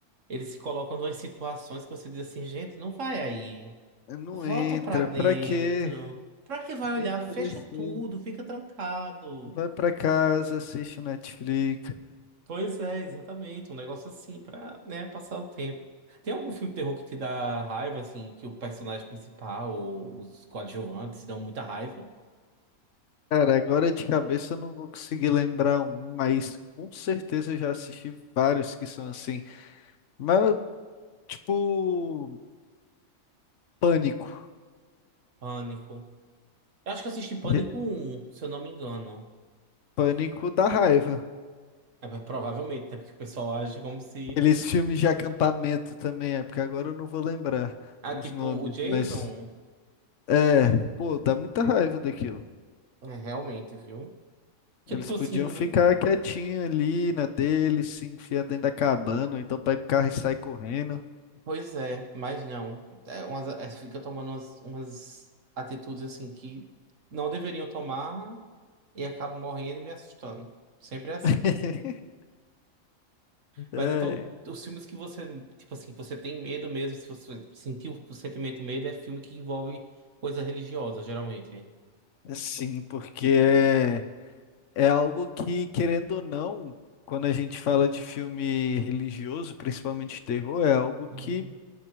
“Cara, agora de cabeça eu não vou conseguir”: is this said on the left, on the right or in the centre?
Left